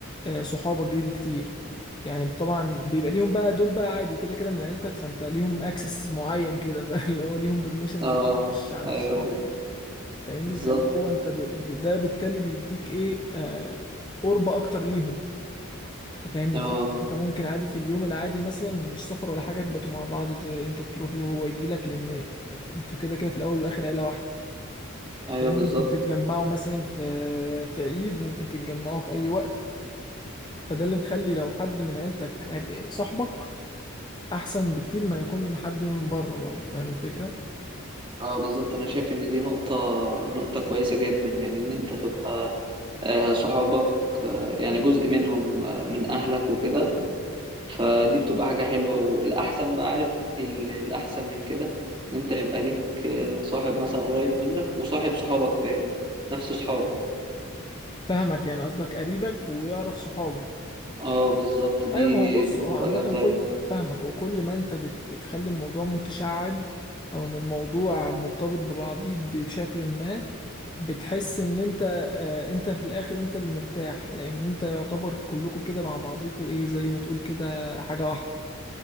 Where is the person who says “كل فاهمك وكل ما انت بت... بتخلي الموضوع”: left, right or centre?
Left